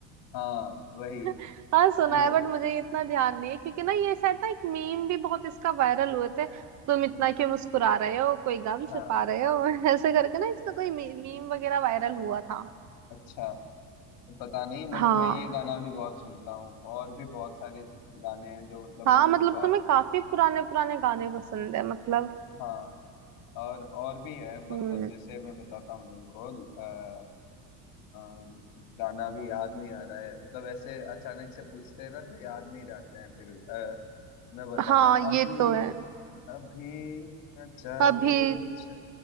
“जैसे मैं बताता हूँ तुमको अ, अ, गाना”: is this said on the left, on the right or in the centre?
Left